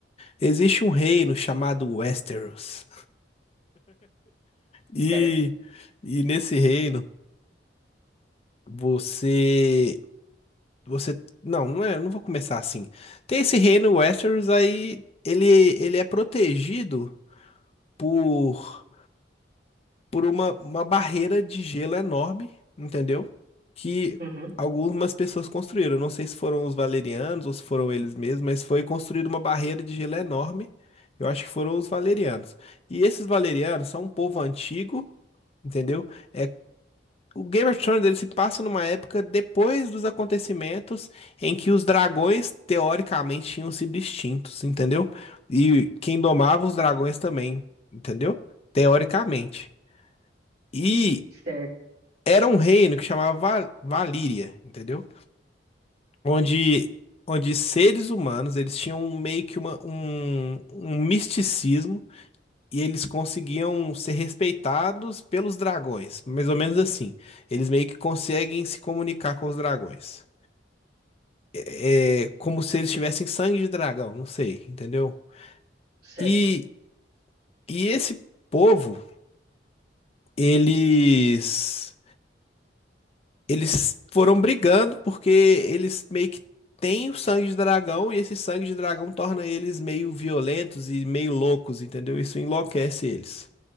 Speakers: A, on the left; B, on the right.
A: Existe um reino chamado Westeros. E,
B: Certo.
A: e nesse reino, você, você, não, não é, eu não vou começar assim. Tem esse reino Westeros aí, ele, ele é protegido por por uma, uma barreira de gelo enorme, entendeu? Que
B: Uhum.
A: algumas pessoas construíram. Não sei se foram os valerianos ou se foram eles mesmos, mas foi construída uma barreira de gelo enorme. Eu acho que foram os valerianos. E esses valerianos são um povo antigo, entendeu? É, o Game of Thrones ele se passa numa época depois dos acontecimentos em que os dragões, teoricamente, tinham sido extintos, entendeu? E quem domava os dragões também, entendeu? Teoricamente. E
B: Certo,
A: era um reino que chamava Va- Valíria, entendeu? Onde, onde seres humanos, eles tinham meio que uma, um, um misticismo e eles conseguiam ser respeitados pelos dragões, mais ou menos assim. Eles meio que conseguem se comunicar com os dragões. É como se eles tivessem sangue de dragão, não sei, entendeu?
B: certo.
A: E, e esse povo, eles Eles foram brigando porque eles meio que têm o sangue de dragão e esse sangue de dragão torna eles meio violentos e meio loucos, entendeu? Isso enlouquece eles.